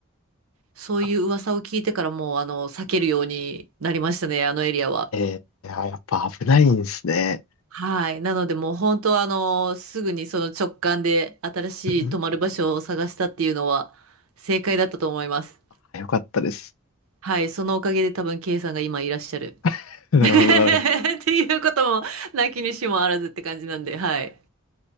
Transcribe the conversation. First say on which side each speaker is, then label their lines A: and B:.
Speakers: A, on the right (about 75°); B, on the left (about 70°).
A: そういう噂を聞いてからもうあの避けるようになりましたね、
B: あ、
A: あのエリアは。
B: えー、いや、やっぱ危ないんですね。
A: はい。なので、もう本当はあの、すぐにその直感で新しい泊まる場所を探したっていうのは正解だったと思います。
B: うんあよかったです。
A: はい。そのおかげで多分、K さんが今いらっしゃる。
B: <laughs> なるほど、
A: <laughs> っていうことも、
B: なるほど。
A: なきにしもあらずって感じなんで、はい。